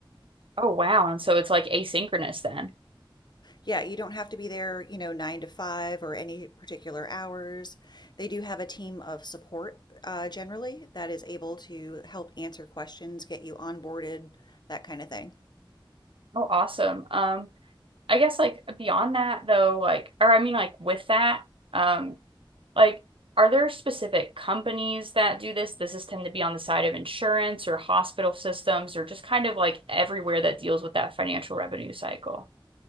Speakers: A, on the right (about 85°); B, on the left (about 55°).
A: Oh wow, and so it's like asynchronous then.
B: Yeah, you don't have to be there, you know, nine to five or any particular hours. They do have a team of support uh, generally that is able to help answer questions, get you onboarded, that kind of thing.
A: Oh, awesome. Um, I guess like beyond that though, like, or I mean like with that, um, like are there specific companies that do this? Does this tend to be on the side of insurance or hospital systems or just kind of like everywhere that deals with that financial revenue cycle?